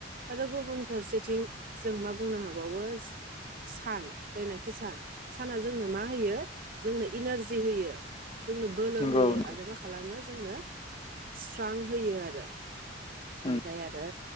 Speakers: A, on the right (about 45°); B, on the left (about 30°).
A: आरो गुबुन फारसेथिं जों मा बुंनो हाबावो सान जायनाखि सान साना जोंनो मा होयो जोंनो इनारजि होयो जोंनो बोलो
B: नंगौ
A: होयो
B: नंगौ
A: आरो मा खालामो जोंनो स्रां होयो आरो ओमफ्राय
B: उम
A: आरो